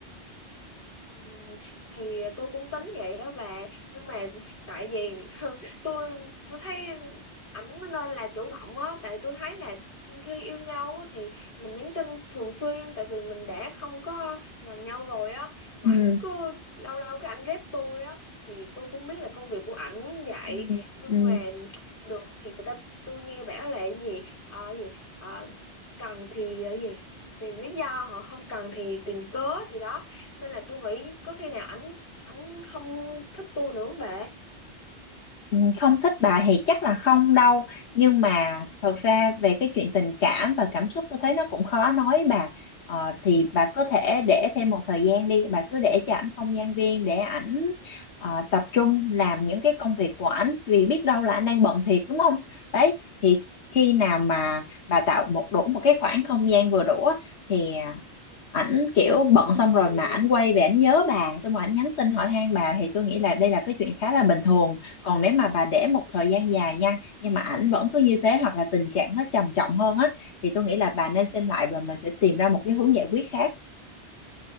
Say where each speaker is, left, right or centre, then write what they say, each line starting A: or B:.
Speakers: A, on the left; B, on the left.
A: Ừ, thì tôi cũng tính vậy đó bà nhưng mà tại vì <laughs> tôi tôi thấy ảnh nên là chủ động á tại tôi thấy là khi yêu nhau á, thì mình nhắn tin thường xuyên tại vì mình đã không có gần nhau rồi á mà
B: ừ
A: ảnh cứ lâu lâu cái ảnh rep tôi á thì tôi cũng biết là công việc của ảnh vậy
B: ừ
A: nhưng
B: ừ
A: mà được thì người ta tôi nghe bảo là cái gì ờ, gì Ờ, cần thì ờ, gì tìm lý do họ không cần thì tìm cớ thì đó nên là tôi nghĩ có khi nào ảnh ảnh không thích tôi nữa không bà
B: Ừ, không thích bà thì chắc là không đâu nhưng mà thật ra về cái chuyện tình cảm và cảm xúc tôi thấy nó cũng khó nói bà ờ, thì bà có thể để thêm một thời gian đi bà cứ để cho ảnh không gian riêng để ảnh ờ, tập trung làm những cái công việc của ảnh vì biết đâu là anh đang bận thiệt đúng không đấy thì khi nào mà bà tạo một đủ một cái khoảng không gian vừa đủ á, thì à, ảnh kiểu bận xong rồi mà ảnh quay về ảnh nhớ bà xong rồi ảnh nhắn tin hỏi han bà thì tôi nghĩ là đây là cái chuyện khá là bình thường còn nếu mà bà để một thời gian dài nha nhưng mà ảnh vẫn cứ như thế hoặc là tình trạng nó trầm trọng hơn á thì tôi nghĩ là bà nên xem lại và mình sẽ tìm ra một cái hướng giải quyết khác